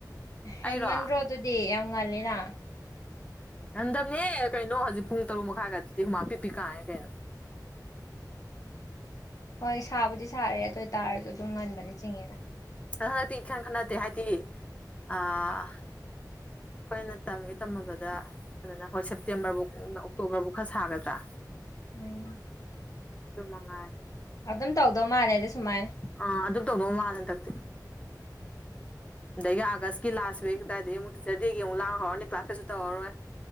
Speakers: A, on the left; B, on the left.
A: ꯍꯦꯟꯃꯟꯗ꯭ꯔꯣꯗꯨꯗꯤ
B: ꯑꯩꯔꯣ
A: ꯌꯥꯝ ꯉꯜꯂꯤꯅꯥ
B: ꯉꯟꯗꯕꯅꯦꯍꯦ ꯀꯩꯅꯣ ꯍꯧꯖꯤꯛ ꯄꯨꯡ ꯇꯔꯨꯛ ꯃꯈꯥꯏꯒ ꯗꯨꯗꯤ ꯍꯨꯃꯥꯡ ꯄꯤꯄꯤ ꯀꯥꯡꯉꯦ ꯀꯩꯅꯣ
A: ꯍꯣꯏ ꯁꯥꯕꯨꯗꯤ ꯁꯥꯔꯦ ꯑꯗꯨ ꯑꯣꯏꯇꯥꯔꯁꯨ ꯑꯗꯨꯝ ꯉꯟꯕꯗꯤ ꯆꯤꯡꯉꯤꯗꯅ
B: ꯑꯗ ꯍꯟꯗꯛꯇꯤ ꯏꯈꯟ ꯈꯠꯅꯗꯦ ꯍꯥꯏꯗꯤ ꯑꯥ ꯑꯩꯈꯣꯏꯅ ꯇꯝꯒꯦ ꯇꯝꯃꯕꯗ ꯑꯗꯨꯅ ꯍꫭꯏ ꯁꯦꯞꯇꯦꯝꯕꯔꯕꯧ ꯑꯣꯛꯇꯣꯕꯔꯐꯧ ꯈꯔ ꯁꯥꯒꯗ꯭ꯔꯥ
A: ꯎꯝ
B: ꯑꯗꯨꯃꯉꯥꯏ
A: ꯑꯗꯨꯝ ꯇꯧꯗꯧ ꯃꯥꯜꯂꯦꯗ ꯁꯨꯃꯥꯏꯅ
B: ꯑꯥ ꯑꯗꯨꯝ ꯇꯧꯗꯧ ꯃꯥꯜꯂꯦ ꯍꯟꯗꯛꯇꯤ ꯑꯗꯒꯤ ꯑꯥꯒꯁꯀꯤ ꯂꯥꯁ ꯋꯤꯛ ꯑꯗꯨꯋꯥꯏꯗꯒꯤ ꯑꯃꯨꯛ ꯇꯤꯆꯔ ꯗꯦꯒꯤ ꯑꯃꯨꯛ ꯂꯥꯡ ꯍꯧꯔꯅꯤ ꯀ꯭ꯂꯥꯁ ꯀꯩꯁꯨ ꯇꯧꯔꯔꯣꯏ